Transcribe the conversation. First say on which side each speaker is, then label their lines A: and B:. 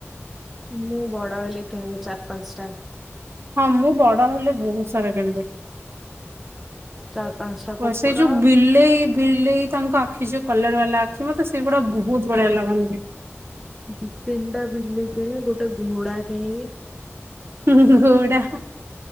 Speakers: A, in the centre; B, on the right.
A: ମୁଁ ବଡ ହେଲେ କିଣିବି ଚାରି ପାଞ୍ଚଟା।
B: ହଁ ମୁଁ ବଡ ହେଲେ ବହୁତ ସାରା କିଣିବି।
A: ଚାରି ପାଞ୍ଚଟା କୁକୁର
B: ସେଇ ଯୋଉ ବିଲେଇ ବିଲେଇ ତାଙ୍କ ଆଖି ଯୋଉ କଲର ବାଲା ଆଖି ମତେ ସେଗୁଡା ବହୁତ୍ ବଢିଆ ଲାଗନ୍ତି।
A: ଦି ତିନି ଟା ବିଲେଇ କିଣି ଗୋଟେ ଘୋଡା କିଣିବି
B: ଉ ହୁଁ ହୁଁ ଘୋଡା